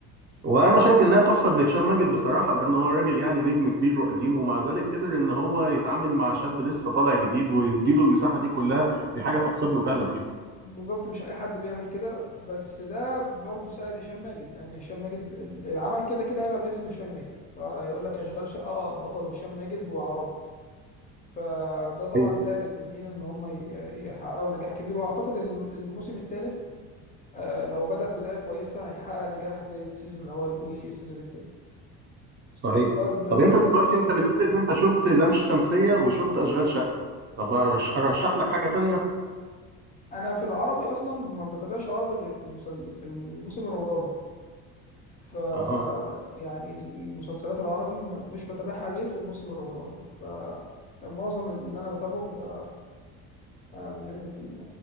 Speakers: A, on the right; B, on the left.
A: وانا شايف انها تحسب لهشام ماجد بصراحه لان هو راجل يعني نجم كبير وقديم ومع ذلك قدر ان هو يتعامل مع شاب لسه طالع جديد ويديله المساحه دي كلها دي حاجه تحسب له فعلا يعني
B: بالظبط مش اي حد بيعمل كده بس ده برضه ساعد هشام ماجد لان هشام ماجد العمل كده كده هيبقى باسم هشام ماجد فيقول لك اشغال شقه اه بطل هشام ماجد وعربي فده طبعا
A: صحيح
B: ساعد الاثنين ان هم ي- يحققوا نجاح كبير واعتقد الم- الموسم الثالث لو بدأ بدايه كويسه هيحقق نجاح زي السيزون الاول والسيزون الثاني
A: صحيح
B: طب انت
A: طب انت
B: مش
A: دلوقتي انت بتقول ان انت شفت لام شمسيه وشفت اشغال شقه طب أرش- ارشح لك حاجه تانية
B: انا في العربي اصلا ما بتابعش عربي غير في المسل... في الموسم الرمضاني ف
A: اها
B: يعني المسلسلات العربي م- مش بتابعها غير في الموسم الرمضاني فمعظم اللي انا بتابعه بيبقى آه، من